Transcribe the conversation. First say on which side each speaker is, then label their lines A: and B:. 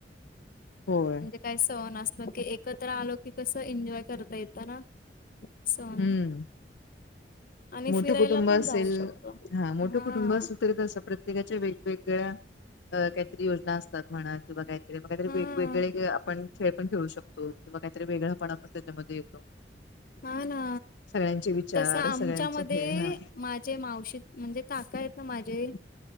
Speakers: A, on the left; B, on the left.
A: होय
B: म्हणजे काही सहन असल की एकत्र आलो की कस एन्जॉय करता येतं ना. सन
A: हम्म
B: आणि
A: मोठं
B: फिरायला
A: कुटुंब
B: पण
A: असेल
B: जाऊ शकतो
A: मोठं
B: हा.
A: कुटुंब असेल प्रत्येकाच्या वेगवेगळ्या काहीतरी योजना असतात म्हणा किंवा का? मग काहीतरी
B: हा
A: वेगवेगळे आपण खेळ पण खेळू शकतो किंवा काहीतरी वेगळापणा पण त्याच्यामध्ये येतो
B: हा ना
A: सगळ्यांचे विचार
B: तस आमच्यामध्ये
A: सगळ्यांचे हे हा
B: माझे मावशी म्हणजे काका आहेत ना माझे